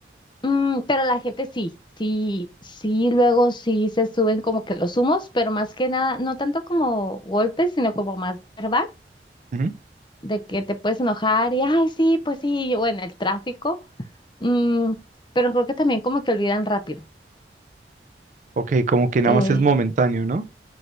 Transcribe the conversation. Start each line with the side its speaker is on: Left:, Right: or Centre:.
Left: mm, pero la gente sí, sí, sí, luego sí se suben como que los humos, pero más que nada, no tanto como golpes, sino como más verbal.
Right: Ujú.
Left: de que te puedes enojar y, ay, sí, pues sí, yo, bueno, el tráfico, mm, pero creo que también como que olvidan rápido.
Right: Ok, como que nada
Left: Eh,
Right: más es momentáneo, ¿no?